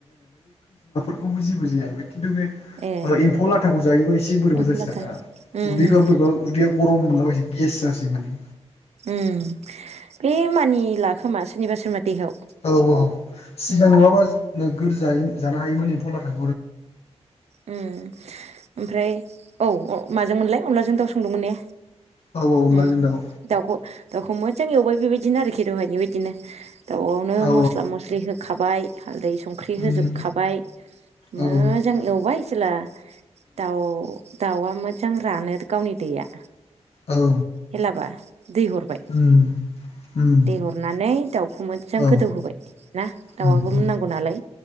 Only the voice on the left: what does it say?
अमाया जेबो जाया बे खिन्थु बे
आं एम्फौ लाथाखौ जायोबा एसे बोरैबा
जासिनो
आरो ना,
उदैखौ
बोरैबा उदैया गरम मोनला बायसै गेस सारसे मानि
औ औ सिगां
नङाबा नोगोर जायो जानो हायोमोन एम्फौ लाथा
औ औ अनलाजों
दाउ
औ
उम
औ
उम
औ
उम उम
औ
उम